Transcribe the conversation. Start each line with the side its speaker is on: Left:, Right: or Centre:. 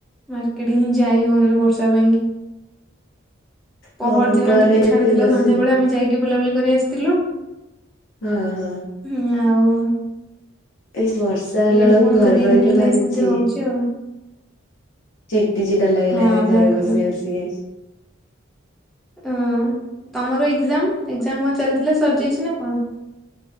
Centre: ମାର୍କେଟ ଟିକେ ଯାଇ ହଉନି ବର୍ଷା ପାଇଁକି। ପହର
Left: ହଁ
Centre: ଦିନ
Left: ଘରେ
Centre: ଟିକେ ଛାଡିଥିଲା
Left: ଏମିତି ବସି
Centre: ସନ୍ଧ୍ୟା ବେଳେ ଆମେ ଯାଇକି ବୁଲାବୁଲି କରି ଆସିଥିଲୁ।
Left: ଓହୋ।
Centre: ହୁଁ ଆଉ।
Left: ଏଇ ବର୍ଷା ହେଲା
Centre: ଏଇଠୁ
Left: ବେଳକୁ
Centre: ପୁଣି
Left: ଘରେ
Centre: ତ ଦି
Left: ରହିକି
Centre: ଦିନ ହେଲାଣି
Left: ଭାରି
Centre: ସେମିତି
Left: ଚି
Centre: ହଉଛି ଆଉ।
Left: ଚିଡି ଚିଡା ଲାଗିଲାଣି
Centre: ହଁ ଯାହା
Left: ଘରେ
Centre: କହିଲ
Left: ବସି ବସିକି।
Centre: ଅ ତମର ଏକ୍ଜାମ୍ ଏକ୍ଜାମ୍ କଣ ଚାଲିଥିଲା ସରିଯାଇଛି ନା କଣ?